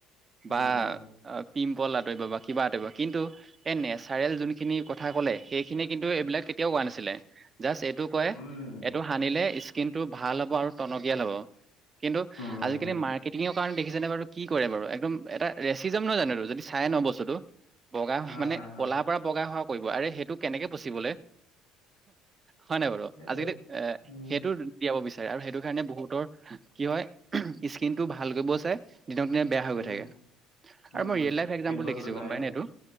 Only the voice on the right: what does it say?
বা-
পিম কল আঁতৰিব বা কিবা আঁতৰিব। কিন্তু এই নেচাৰেল যোনখিনি কথা ক'লে সেইখিনি কিন্তু এইবিলাক কেতিয়াও হোৱা নাছিলে। জাষ্ট এইটো কয়,
এইটো সানিলে স্কিনটো ভাল হ'ব আৰু টনকিয়াল হ'ব। কিন্তু
আজিকালি
মাৰ্কেটিঙৰ কাৰণে দেখিছেনে বাৰু কি কৰে বাৰু একদম এটা ৰেচিজম নহয় জানো যদি চাই ন বস্তুতটো বগা
মানে
ক'লাৰ পৰা বগা হোৱা কৰিব সেইটো কেনেকে পচিবলহে হয় নাই বাৰু
আজিকালি এ
সেইটো দিয়াব বিচাৰে আৰু সেইটো কাৰণে বহুতৰ কি হয় স্কিন টো ভালক কৰিব চাই দিনক দিনে বেয়া হৈ
গৈ থাকে। আৰু
মই ৰিয়েল লাইফ একজাম্পুল
দেখিছো
গম পাই নাই এইটো